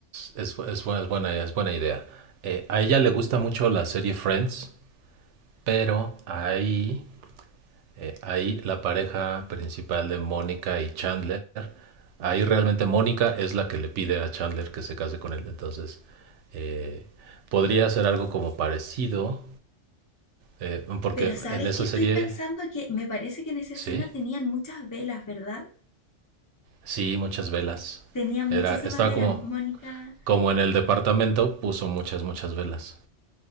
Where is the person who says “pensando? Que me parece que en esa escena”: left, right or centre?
Left